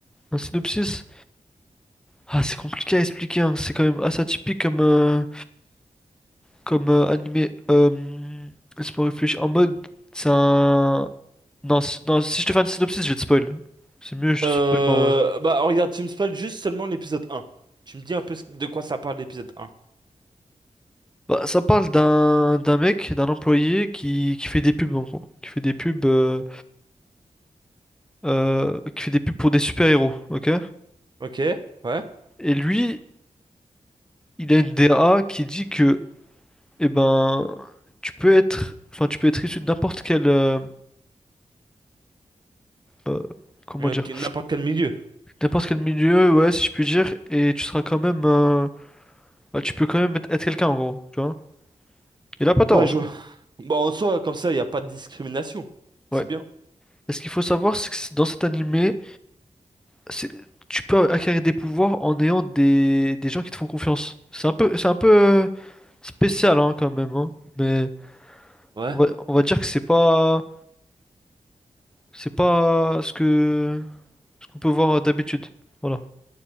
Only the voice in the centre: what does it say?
Un synopsis? Ah, c'est compliqué à expliquer, hein. C'est quand même assez atypique comme, euh, comme euh, animé, euh, laisse-moi réfléchir, en mode, c'est un, non, si- non, si je te fais un synopsis, je vais te spoil. C'est mieux, je
te spoil pas en vrai.
Bah, ça parle d'un d'un mec, d'un employé qui, qui fait des pubs en gros. Qui fait des pubs. euh, euh, qui fait des pubs pour des super-héros, ok?
Et lui, il a une D A qui dit que, eh ben, tu peux être, enfin, tu peux être issu de n'importe quel, euh, euh, comment
dire,
n'importe quel milieu, ouais, si je puis dire, et tu seras quand même, euh, bah, tu peux quand même être, être quelqu'un en gros, tu vois? Il a pas tort
en
soi.
Ouais.
Et ce qu'il faut savoir, c'est que c'est- dans cet animé, c'est, tu peux acquérir des pouvoirs en ayant des, des gens qui te font confiance. C'est un peu, c'est un peu euh, spécial, hein, quand même, hein, mais
on va, on va dire que c'est pas C'est pas ce que ce qu'on peut voir d'habitude. Voilà.